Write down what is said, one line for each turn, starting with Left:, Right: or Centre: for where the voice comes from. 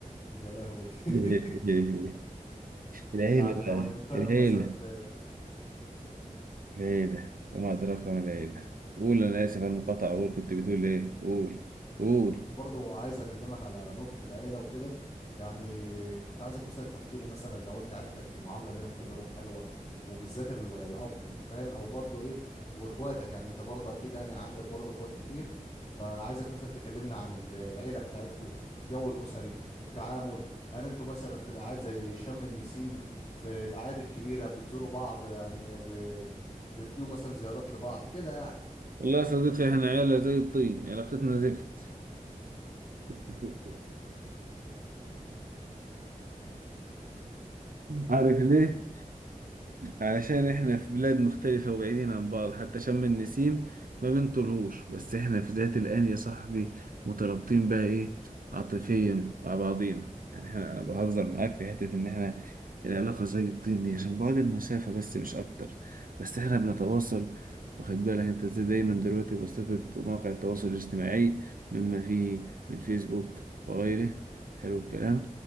Left: يا لهوي
Right: <laughs>
Left: <laughs>
Right: العيلة
Left: يعني
Right: بقى
Left: لو هننتقله
Right: العيلة
Left: مثلا في
Right: العيلة وما أدراك ما العيلة قول انا اسف على المقاطعه قول كنت بتقول ايه قول قول
Left: وانا كنت برضو عايز اكلمك على نقطة العيلة وكده يعني كنت عايزك مثلا تحكي لي مثلا لو انت عيلتك المعاملة بينك وبينهم حلوة وبالذات ال- الاب انت فاهم او برضو ايه واخواتك يعني انت برضو اكيد يعني عندك برضو اخوات كتير فعايزك مثلا تكلمنا عن ال- العيلة بتاعتكو الجو الاسري التعامل هل انتوا مثلا في الاعياد زي شم النسيم في الاعياد الكبيرة بتزوروا بعض يعني ب... بتجيوا مثلا زيارات لبعض كده يعني
Right: والله يا صديقي احنا عيله زي الطين علاقتنا زفت <laughs> عارف ليه؟ علشان احنا في بلاد مختلفة وبعيدين عن بعض حتى شم النسيم ما بنطلهوش بس احنا في ذات الآن يا صاحبي مترابطين بقى ايه عاطفيا مع بعضينا يعني احنا انا بهزر معاك في حتة ان احنا العلاقة زي الطين دي عشان بعد المسافة بس مش اكتر بس احنا بنتواصل واخد بالك انت ازاي دايما دلوقتي بواسطة مواقع التواصل الاجتماعي مما فيه من فيسبوك وغيره حلو الكلام